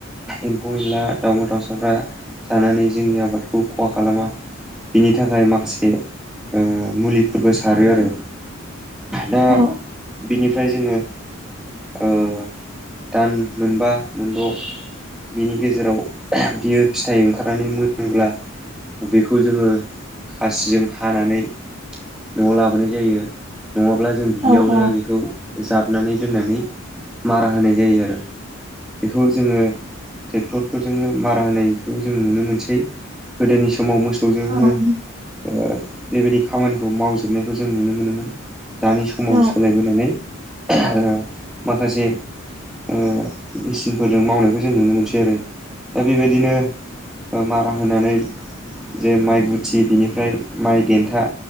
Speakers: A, in the centre; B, on the right.
A: एम्फौ एनला, दाउमा दाउसाफ्रा जानानै जोंनि आबादखौ खहा खालामा बिनि थाखाय माखासे ओ मुलिफोरबो सारो आरो। दा
B: औ
A: बिनिफ्राय जोङो ओ दान मोनबा मोनद' बिनि गेजेराव बियो फिथाइ ओंखारनानै मोनोब्ला बेखौ जोङो खासिजों हानानै न'आव लाबोनाय जायो नङाब्ला जों दुब्लियावनो
B: औ औ
A: बेखौ जाब नानै दोन्नानै मारा होनाय जायो आरो। बेखौ जोङो टेक्टरफोरजोंनो मारा होनायखौ जों नुनो मोनसै, गोदोनि समाव मोसौजोंनो
B: नंगौ
A: ओ बेबायदि खामानिखौ मावजोबनायखौ जों नुनो मोनोमोन। दानि समाव
B: औ
A: सोलायबोनानै ओ माखासे ओ मेचिनफोरजों मावनायखौ जों नुनो मोनसै आरो। दा बेबायदिनो आ मारा होनानै जे माइ गुथि बिनिफ्राय माइ देन्था